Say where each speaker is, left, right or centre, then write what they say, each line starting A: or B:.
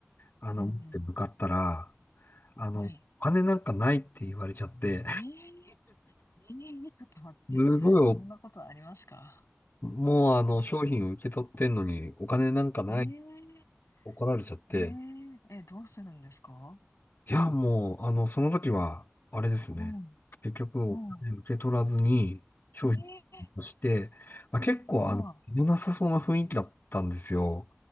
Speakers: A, on the left; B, on the left.
A: あの、
B: うん、
A: 持って向かったら、
B: うん。
A: あの、
B: はい。
A: お金なんかないって言われちゃって、
B: ええええちょっと待って。
A: <laughs> すごい
B: そんなことありますか
A: お、もうあの、
B: え
A: 商品を受け取ってんのにお金なんかない。
B: ええ
A: 怒られちゃって、
B: ええええ、どうするんですか
A: いや、もう、あの、その時は、あれですね。
B: うん、
A: 結局、お金受け取らずに、
B: うん。
A: 商品
B: ええ
A: として、まあ、結構、
B: ああ、
A: あの、良なさそうな雰囲気だったんですよ。